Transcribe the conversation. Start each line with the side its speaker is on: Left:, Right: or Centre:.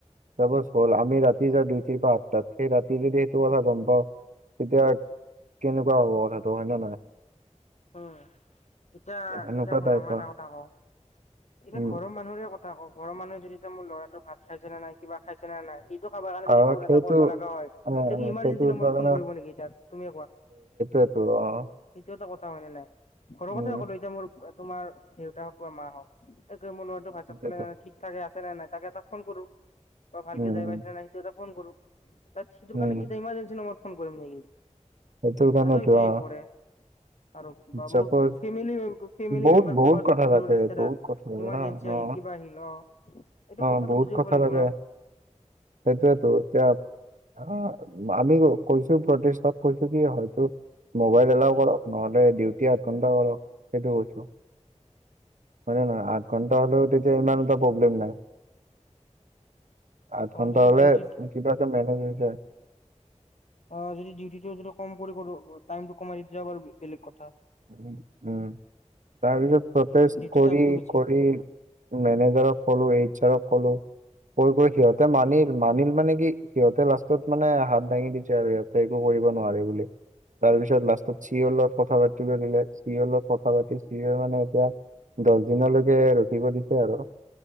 Right: তছ হল আি ৰাতি যাওঁ দুইটতি পৰা আঠটাত সেই ৰাতি যদি সটো কথা গম পাও তেতিয়া কেনেকুৱা হব কথাটো হয় নে নহয়
Left: উম এতিয়া
Right: এনেকুৱা
Left: এতিয়া কলে
Right: টাইপৰ
Left: মই এটা কথা কওঁ এতিয়া
Right: উম
Left: ঘৰৰ মানুহৰে কথা কওঁ ঘৰৰ মানুহে যদি এয়া মোৰ ল'ৰাটো ভাত খাইছে নে নাই কিবা খাইছে ন নাই। খাব কাৰণে
Right: আৰু
Left: যদি ফোন
Right: সেইটো
Left: এটা কৰিব লগা হয় এইটো
Right: অ অ
Left: কি ইমাৰ্জেঞ্চি
Right: সেইটো
Left: নম্বৰত
Right: কাৰণে
Left: ফোন কৰিব নেকি এতিয়া তুমিয়ে কোৱা।
Right: <unintelligible> অ'।
Left: সেইটো এটা কথা মানে নাই ঘৰৰ
Right: উম
Left: কথাই ক'লো এতিয়া মোৰ তোমাৰ দেউতা হওক বা মা হওক। মোৰ ল'ৰাটো ভাত
Right: সেইটোৱেতো
Left: ছাত খালে নাই, ঠিক ঠাকে আছে নে নাই তাকে এটা ফোন কৰো। ত' ভালকে
Right: উম
Left: যায়
Right: উম
Left: পাইছে নে নাই, সেটো এটা ফোন কৰোঁ ত' সিটোৰ
Right: উম
Left: কাৰনে কি এতিয়া ইমাৰজেঞ্চি নম্বৰত ফোন কৰিম নেকি।
Right: সেইটোৰ কাৰণেতো
Left: সিঁহতৰ সেইটো
Right: অ
Left: আহি পৰে। আৰু বা
Right: চাপ'জ
Left: মোৰ ফেমিলি ফেমিলি
Right: বহুত
Left: মেম্বাৰ
Right: বহুত
Left: কোনবা
Right: কথা
Left: দূৰৰ
Right: থাকে
Left: ৰিষ্টেদাৰ
Right: বহুত কথা থাকে
Left: ইমাৰ্জেঞ্চি
Right: ন অ
Left: আহিল। কিবা আহিল অ' এইটো
Right: অ
Left: কথাটো
Right: বহুত
Left: বুজি
Right: কথা
Left: ল'ব লাগিব
Right: থাকে
Left: ন।
Right: সেইটোয়েতো এতিয়া অ', আমি কৈছো প্ৰতিষ্টক কৈছো কি হয়তো মোবাইল এলাও কৰক নহ ডিউটি আৰু কোনটা বাৰ সেইটো কৈছো। হয় নহয় আঠ ঘন্টা হ'লেও তেতিয়া ইমান এটা প্ৰব্লেম নাই। আঠ
Left: অ
Right: ঘন্টা
Left: যদি
Right: হ'লে
Left: ডিউটিত
Right: কিবাকে মেনেজ হৈ যায়।
Left: অ', যদি ডিউটিটো যদি কম কৰি কৰো টাইমটো কমাই দিও তেতিয়া অলপ বেলেগ কথা।
Right: উম- উম। তাৰপিছত প্ৰটেষ্ট
Left: ডিউটি
Right: কৰি-
Left: টাইমটো বেছি
Right: কৰি মেনেজাৰক ক'লো এইচাৰক ক'লো।
Left: <inaudible>
Right: কৈ-কৈ সিহঁতে মানিল-মানিল মানে কি সিহঁতে লাষ্টত মানে হাত দাঙি দিছে আৰু সিহঁতে একো কৰিব তাৰপিছত লাষ্টত চি অ' ৰ লগত কথা চি অ লগত কথা পাতি চি অ মানে এতিয়া দছ দিনলৈকে ৰখিব দিছে আৰু।